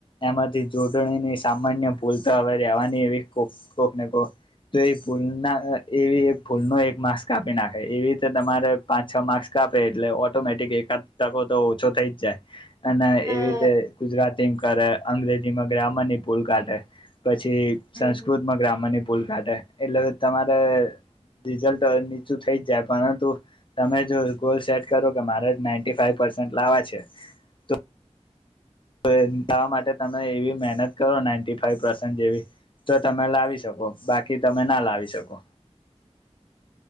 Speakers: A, on the left; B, on the right.
A: એમાંથી જોડણીની સામાન્ય ભૂલ તો હવે રહેેવાની એવી કોક કોક ને કોક તો એ ભૂલના એવી એક ભૂલ ન એક માર્ક્સ કાપી નાખે એવી રીતે તમારે પાંચ છ માર્ક્સ કાપે એટલે ઓટોમેટિક એકાદ તકો તો ઓછો થઈ જ જાય અને
B: ને
A: એવી
B: અને
A: રીતે ગુજરાતીમાં કરે અંગ્રેજીમાં ગ્રામરની ભૂલ કાઢે પછી સંસ્કૃતમાં
B: હમ
A: ગ્રામરની ભૂલ કાઢે એટલે તમારે રિઝલ્ટ નીચું થઈ જ જાય પરંતુ તમે જો ગોલ સેટ કરો કે મારે જ નાઈન્ટી ફાાઈવ પર્સન્ટ લાવવાે છે તો તોવા માટે તમે એવી મહેનત કરો નાઇન્ટી ફાઈવ પસન્ટ જેવી તો તમે લાવી શકો બાકી તમે ના લાવી શકો